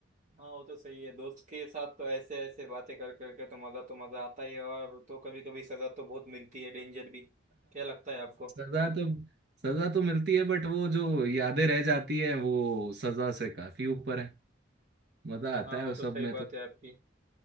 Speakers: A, on the right; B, on the right.
A: हाँ वो तो सही है दोस्त के साथ तो ऐसे ऐसे बातें कर कर के तो मज़ा तो मज़ा आता ही है और तो कभी कभी सज़ा तो बहुत मिलती है डेंजर भी क्या लगता है आपको
B: सजा तो सजा तो मिलती है बट वो जो यादें रह जाती है वो सजा से काफी ऊपर है मजा आता
A: हाँ
B: है
A: वो
B: वो
A: तो
B: सब
A: सही
B: में तो
A: बात है आपकी